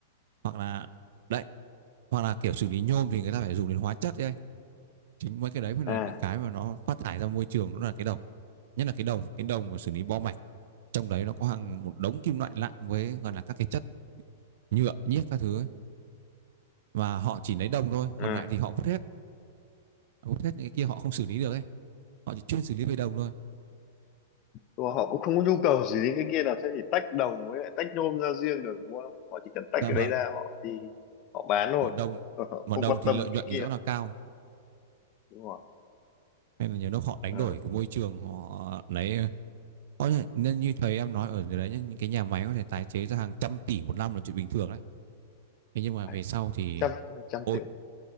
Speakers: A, on the right; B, on the left.
A: hoặc là đấy, hoặc là kiểu xử lý nhôm thì người ta phải dùng đến hóa chất ấy. Chính mấy cái đấy mới là
B: à
A: những cái mà nó phát thải ra môi trường nó là cái đồng nhất là cái đồng cái đồng mà xử lý bo mạch trong đấy nó có hàng một đống kim loại nặng với gọi là các cái chất nhựa nhiếc các thứ ấy. và họ chỉ lấy đồng thôi còn
B: à
A: lại thì họ vứt hết vứt hết những cái kia họ không xử lý được ấy họ chỉ chuyên xử lý về đồng thôi
B: Nhưng mà họ cũng không có nhu cầu gì đến cái kia làm sao chỉ tách đồng với lại tách nhôm ra riêng được đúng không họ chỉ cần tách
A: dạ
B: cái
A: vâng
B: đấy ra họ đi họ bán thôi
A: mà đồng
B: Còn họ
A: mà
B: không
A: đồng
B: quan
A: thì
B: tâm
A: lợi
B: đến
A: nhuận
B: cái
A: thì
B: kia
A: rõ là cao
B: đúng không
A: nên là nhiều lúc họ đánh
B: à,
A: đổi cái môi trường họ lấy có thể nên như thầy em nói ở đấy nhá, những cái nhà máy có thể tái chế ra hàng trăm tỷ một năm là chuyện bình thường đấy thế nhưng mà
B: phải
A: về sau thì
B: trăm hai trăm
A: ô
B: triệu